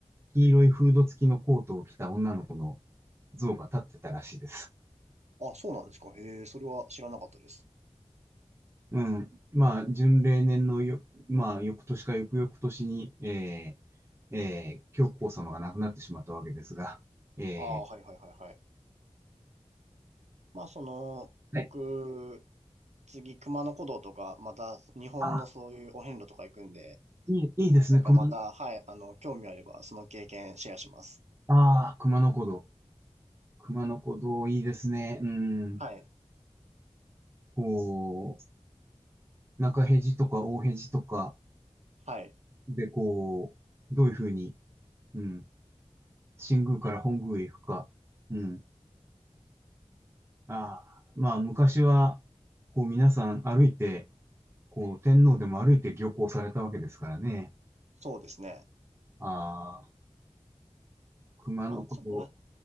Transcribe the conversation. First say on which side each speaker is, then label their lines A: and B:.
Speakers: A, on the right; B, on the right.
A: 黄色いフード付きのコートを着た女の子の像が立ってたらしいです。
B: あ、そうなんですか。へえ、それは知らなかったです。
A: うん。まあ、準例年のよ、まあ、翌年か翌々年に、えー、えー、教皇様が亡くなってしまったわけですが、え
B: ああー、はいはいはいはい。まあ、その、僕、
A: ー、はい
B: 次、熊野古道とか、また、日本のそういうお遍路とか行くんで、
A: あ、いい、いいですね、
B: なんかまた、
A: 熊、
B: はい、あの、興味あれば、その経験シェアします。
A: ああ、熊野古道。熊野古道、いいですね。うん。
B: はい。
A: こう、中辺路とか大辺路とか
B: はい。
A: で、こう、どういうふうに、うん、新宮から本宮へ行くか。うん。ああ、まあ、昔は、こう、皆さん歩いて、こう、天皇でも歩いて漁港されたわけですからね。
B: そうですね。
A: ああ、熊野古道、
B: まあ、そこは、